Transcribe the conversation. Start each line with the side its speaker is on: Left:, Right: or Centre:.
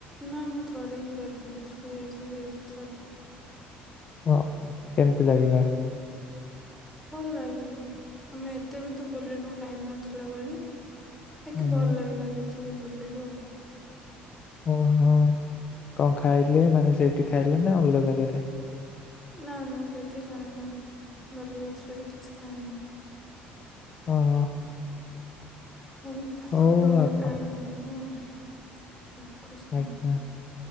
Centre: ନା ମୁଁ ଥରେ ହିଁ ବାଲିଯାତ୍ରା ଯାଇଚି ସେଇଠି ଥରେ।
Left: ଓଅ କେମତି ଲାଗିଲା?
Centre: ହଁ। ଭଲ ଲାଗିଲା ଆମେ ଏତେ ବି ତ ବୁଲିନୁ ଟାଇମ ନଥିଲା ବୋଲି। ବାକି
Left: ହୁଁ
Centre: ଭଲ
Left: ହୁଁ
Centre: ଲାଗିଲା ଯେତେ ବି ବୁଲିଲୁ ଆଉ।
Left: ଓହଁ କଣ ଖାଇଲେ ମାନେ ସେଇଠି ଖାଇଲେ ନା ଅଲଗା ଜାଗାରେ?
Centre: ନା ନା ସେଠି ଖାଇନୁ ବାଲିଯାତ୍ରରେ କିଛି ଖାଇନୁ।
Left: ଓହ।
Centre: ହଉ ଆପଣଙ୍କର
Left: ହଉ ଆପଣ
Centre: ଟାଇମ୍ ହେଲାଣି ଆଉ। ରଖୁଛି
Left: ଆଜ୍ଞା
Centre: ମୁଁ।